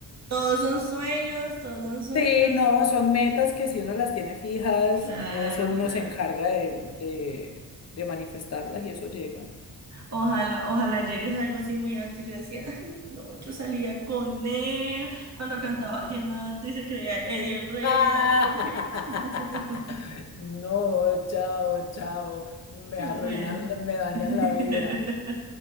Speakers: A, on the right; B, on the left.
A: Todos son sueños, todos son sueños.
B: Sí, no, son metas que si uno las tiene fijas,
A: Claro,
B: eso uno
A: claro.
B: se encarga de, de, de manifestarlas y eso llega.
A: Ojalá, ojalá llegues a algo así muy alto y yo decía, "Ay, no, yo salía con él cuando cantaba vallenato y se creía Eddie Herrera,
B: <laughs>
A: Dios mío". <laughs>
B: No, chao, chao. Me arruinan,
A: Bueno.
B: me dañan
A: <laughs>
B: la vida.